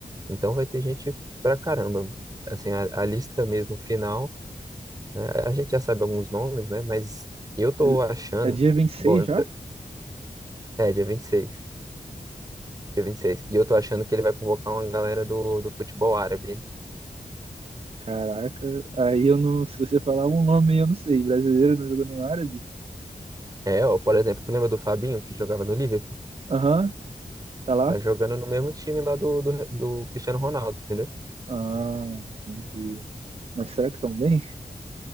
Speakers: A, on the right; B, on the right.
A: Então vai ter gente pra caramba. Assim, a, a lista mesmo final, né? A gente já sabe alguns nomes, né? Mas eu tô
B: Mas
A: achando,
B: é dia vinte e seis
A: bom, eu
B: já?
A: tô- é dia 26. Dia vinte E seis e eu tô achando que ele vai convocar uma galera do, do futebol árabe, hein?
B: Caraca, aí eu não. Se você falar um nome, eu não sei. Brasileiro não jogando árabe?
A: É, ó, por exemplo, tu lembra do Fabinho, que jogava no Liverpool?
B: Aham, tá lá?
A: Tá jogando no mesmo time lá do, do, do Cristiano Ronaldo, entendeu?
B: Ah, entendi. Mas será que estão bem?